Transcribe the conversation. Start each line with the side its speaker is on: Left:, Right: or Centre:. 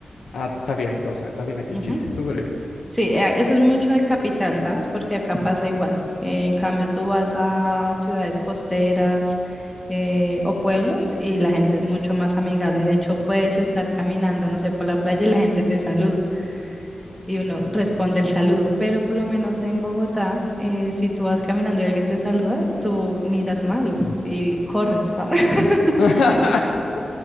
Left: Ah, estás bien entonces, estás bien aquí
Centre: Ujú.
Left: en Chile, súper bien.
Centre: Sí, eh, eso es mucho de capital, ¿sabes? Porque acá pasa igual. Eh, en cambio, tú vas a ciudades costeras eh, o pueblos y la gente es mucho más amigable. De hecho, puedes estar caminando, no sé, por la playa y la gente te saluda. y uno
Left: Mm.
Centre: responde el saludo, pero por lo menos en Bogotá, eh, si tú vas caminando y alguien te saluda, tú miras mal y corres, <laughs>
Left: <laughs>